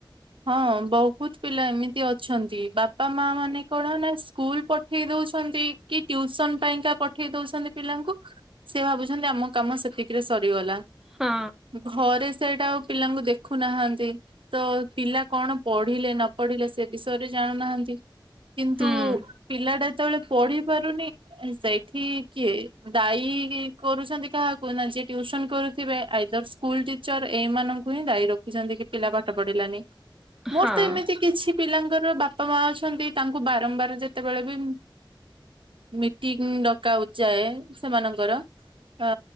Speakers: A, on the right; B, in the centre.
A: ହଁ ବହୁତ ପିଲା ଏମିତି ଅଛନ୍ତି ବାପା ମା ମାନେ କଣ ନା ସ୍କୁଲ ପ ପଠେଇ ଦଉଛନ୍ତି କି ଟିଉସନ ପାଇଁକା ପଠେଇ ଦଉଛନ୍ତି ପିଲାଙ୍କୁ। ସେ ଭାବୁଛନ୍ତି ଆମ କାମ ସେତିକିରେ ସରିଗଲା।
B: ହଁ।
A: ଘରେ ସେଇଟା ଆଉ ପିଲାଙ୍କୁ ଦେଖୁନାହାନ୍ତି ତ। ପିଲା କଣ ପଢିଲେ ନ ପଢିଲେ ସେ ବିଷୟରେ ଜାଣୁନାହାନ୍ତି କିନ୍ତୁ
B: ହୁଁ।
A: ପିଲା ଯେତେବେଳେ ପଢି ପାରୁନି। ସେଇଠି କିଏ ଦାଇ କରୁଛନ୍ତି କାହାକୁ ନା ଯିଏ ଟିଉସନ କରୁଥିବେ ଆଇଦର୍ ସ୍କୁ ସ୍କୁଲ ଟିଚର ଏଇମାନଙ୍କୁ ହିଁ ଦାୟୀ ରଖିଛନ୍ତି କି ପିଲା ପାଠ ପଢିଲାନି।
B: ହଁ
A: ମୋର ତ ଏମିତି କିଛି ପିଲାଙ୍କର ବାପା ମା ଅଛନ୍ତି ତାଙ୍କୁ ବାରମ୍ବାର ଯେତେବେଳେ ବି ମିଟିଂ ଡକାଉ ଯାଏ ସେମାନଙ୍କର। ଅ